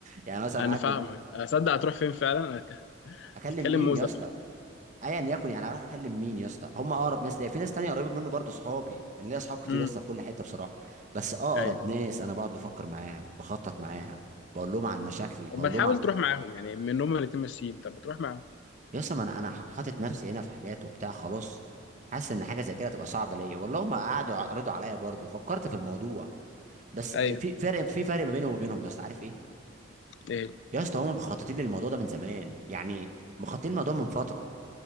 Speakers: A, on the right; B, on the left.
A: يعني مثلا
B: انا
A: قاعد
B: فاهمك
A: مت...
B: اصدق هتروح فين فعلا هت-
A: اكلم
B: هتكلم
A: مين
B: موزه
A: يا اسطى
B: بقى
A: ايا يكن يعني اروح اكلم مين يا اسطى هم اقرب ناس ليا في ناس تانية قريبه منه برضه صحابي يعني ليا اصحاب كتير
B: امم
A: يا اسطى في كل حته بصراحه بس اقرب
B: ايوه
A: ناس انا بقعد بفكر معاها بخطط معاها بقول لهم عن مشاكلي بقول
B: طب ما تحاول
A: لهم
B: تروح معاهم يعني من هم الاتنين ماشيين طب ما تروح معاهم
A: يا اسطى ما انا انا حاطط نفسي هنا في حاجات وبتاع خلاص حاسس ان حاجه زي كده هتبقى صعبه ليا والله ما قعدوا يعرضوا عليا برضه فكرت في الموضوع بس
B: ايوه
A: في فرق في فرق ما بيني وما بينهم يا اسطى عارف ايه
B: ايه
A: يا اسطى هم مخططين للموضوع ده من زمان يعني مخططين الموضوع من فتره